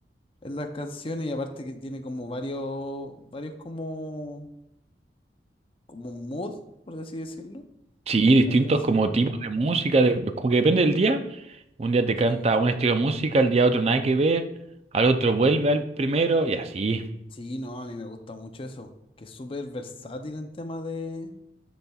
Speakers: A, on the left; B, on the right.
A: en las canciones. Y aparte que tiene como varios, varios como, como mood, por así decirlo,
B: Sí, distintos
A: las canciones.
B: como tipos de música, de- como que depende del día. Un día te
A: Sí.
B: canta un estilo de música, al día otro nada que ver, al otro vuelve al primero y así.
A: Sí, no, a mí me gusta mucho eso, que es súper versátil en tema de,